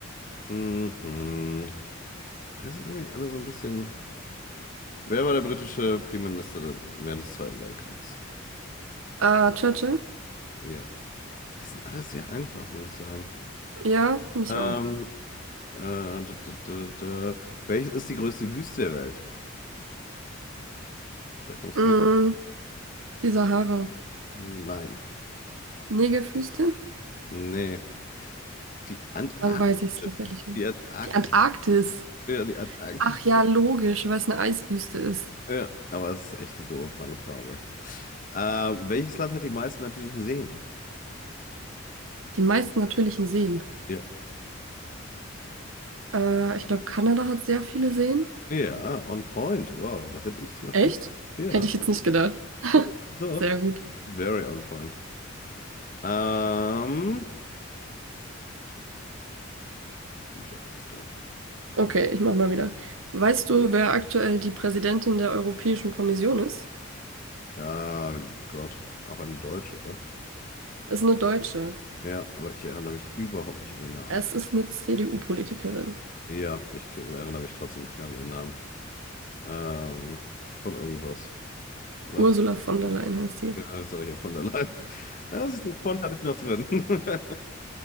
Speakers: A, on the left; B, on the right.
A: mhm. Das sind irgendwie alle so ein bisschen. Wer war der britische Premierminister des- während des Zweiten Weltkriegs?
B: Ah, Churchill?
A: Ja. Die sind alle sehr einfach, muss ich sagen.
B: Ja, finde ich
A: Ähm,
B: auch.
A: äh, d -d -d -d Welches ist die größte Wüste der Welt? Da kommst
B: Mm,
A: du nicht.
B: die Sahara.
A: Nein.
B: Negerwüste?
A: Nee. Die Antarktis.
B: Dann weiß ich es tatsächlich nicht.
A: Die Antarktis.
B: Die Antarktis.
A: Ja, die Antarktis.
B: Ach ja, logisch, weil es eine Eiswüste ist.
A: Ja, aber es ist echt eine doofe Fangfrage. Ähm, welches Land hat die meisten natürlichen Seen?
B: Die meisten natürlichen Seen.
A: Ja.
B: Äh, ich glaube, Kanada hat sehr viele Seen.
A: Ja, on point. Wow, das hätte ich zum Beispiel
B: Echt?
A: nicht. Ja,
B: Hätte ich jetzt nicht gedacht. <laughs>
A: ja, doch.
B: Sehr gut.
A: Very on point. Ähm, ich glaube, du bist dran. Ich gucke
B: Okay,
A: mal.
B: ich mach mal wieder. Weißt du, wer aktuell die Präsidentin der Europäischen Kommission ist?
A: Ah, Gott. Auch eine Deutsche, oder?
B: Ist eine Deutsche.
A: Ja, aber ich erinnere mich überhaupt nicht an den Namen.
B: Es ist eine CDU-Politikerin.
A: Ja, ich k- erinnere mich trotzdem nicht mehr an ihren Namen. Ähm, von irgendwas, oder?
B: Ursula von der Leyen heißt sie.
A: Ja, das ich ja von der Leyen. <laughs> Ja, siehst du, von hatte ich noch drin. <laughs>